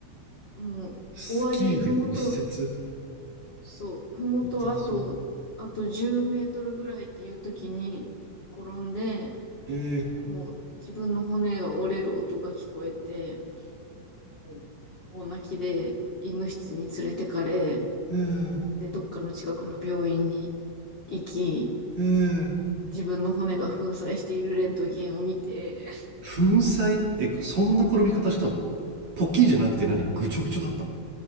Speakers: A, on the left (about 30°); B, on the right (about 35°).
A: もう、
B: スキーで骨折痛
A: 終わり、ふもと、そう、ふもとあと、
B: そう。
A: あと10メートルぐらいっていう時に転んで、
B: えー、
A: もう自分の骨が折れる音が聞こえて、もう大泣きで医務室に連れてかれ、
B: うーん、
A: で、どっかの近くの病院に行き、
B: うーん、
A: 自分の骨が粉砕しているレントゲンを見て、
B: 粉砕え、そんな転び方したのポッキーじゃなくて何ぐちょぐちょだったの